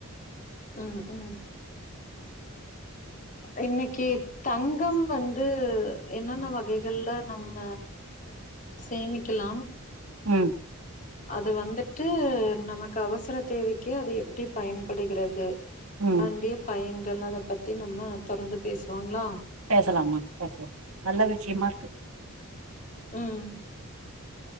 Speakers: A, on the left; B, on the right.
A: ம் ம் இன்னிக்கி தங்கம் வந்து என்னன்னா வகைகள்ல நம்ம சேமிக்கிலாம்
B: ம்
A: அது வந்துட்டு நமக்கு அவசர தேவைக்கி அது எப்டி பயன்படுகிறது
B: ம்
A: அத்ன்டுய பயன்கள் அத பத்தி நம்ம தொடர்ந்து பேஸ்ளாங்ளா
B: பேசலாம்மா பேசலா நல்ல விஷ்யமாருக்கு
A: ம்